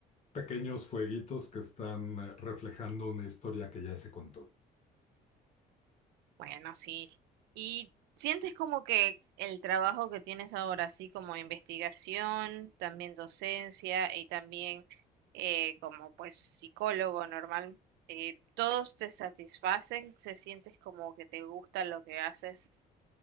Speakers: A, on the left (about 40°); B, on the right (about 85°).
A: pequeños fueguitos que están eh, reflejando una historia que ya se contó.
B: Bueno, sí. ¿Y sientes como que el trabajo que tienes ahora, así como investigación, también docencia y también eh, como pues psicólogo normal, eh, todos te satisfacen? ¿Se sientes como que te gusta lo que haces?